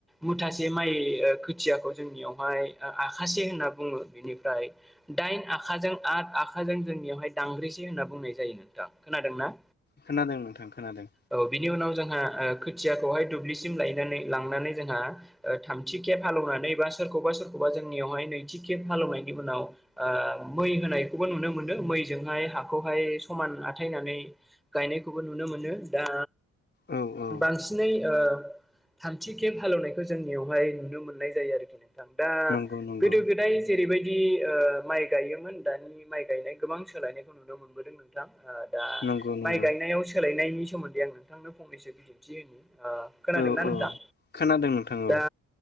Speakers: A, in the centre; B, on the left (about 35°).
A: मुथासे माइ ओ खुथियाखौ जोंनियावहाय ओ आखाासे होनना बुङो बेनिफ्राय दाइन आखाजों आ आ आखाजों जोंनियावहाय दांग्रिसै होनना बुंनाय जायो नोंथां खोनादों ना?
B: खोनादों नोंथां खोनादों।
A: औ बिनि उनाव जोंहा ओ खोथियाखौहाय दुब्लिसिम लायनानै लांनानै जोंहा ओ थामथि खेब हालनानै बा सोरखौबा सोरखौबा जोंनियावहाय नैथि खेब हालनायनि उनाव ओ मै होनाय नुनो मोनो मैजोंहाय हाखौहाय समान आथायनानै गायनायखौबो नुनो मोनो। दा
B: औ औ
A: बांसिनै ओ थामथि खेब हालेवनायखौ जोंनियावहाय नुनो मोननाय जायो आरोखि। दा
B: नंगौ नंगौ
A: गोदो गोदाय जेरैबायदि ओ माइ गायोमोन दानि माइ गायनाय गोबां सोलायनायखौ नुनो मोनबोदों नोंथां दा
B: नंगौ नंगौ
A: माइ गायनायाव सोलायनायनि सोमोन्दै आं नोंथांनो फंनैसो बिदिन्थि हो ओ खोनादोंना
B: औ औ
A: नोंथां
B: खोनादों नोंथां
A: दा
B: औ